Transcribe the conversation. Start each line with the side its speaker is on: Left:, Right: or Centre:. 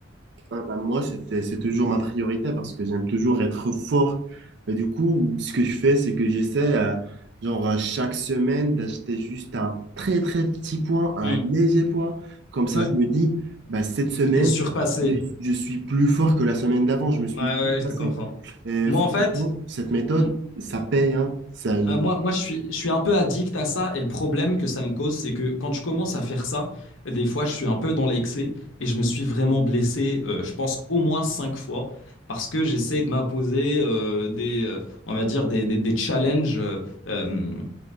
Right: Ah bah, moi, c'était, c'est toujours ma priorité parce que j'aime toujours être fort. Et du coup, ce que je fais, c'est que j'essaie, euh, genre, euh, chaque semaine, d'acheter juste un très, très petit point, un
Left: Hmm.
Right: léger point. Comme ça,
Left: Ouais.
Right: je me dis, bah, cette semaine,
Left: Tu t'es surpassé.
Right: je suis plus fort que la semaine d'avant. Je me suis
Left: Ouais, ouais,
Right: surpassé.
Left: je te comprends.
Right: Et
Left: Moi,
Right: franchement,
Left: en fait.
Right: cette méthode,
Left: m-
Right: ça paye, hein. Ça,
Left: Euh, moi, moi je suis, je suis un peu addict à ça et le problème que ça me cause, c'est que quand je commence à faire ça, des fois, je suis un peu dans l'excès et je me suis vraiment blessé, euh, je pense, au moins cinq fois parce que j'essaie de m'imposer euh, des, euh, on va dire, des, des- des challenges euh, euh,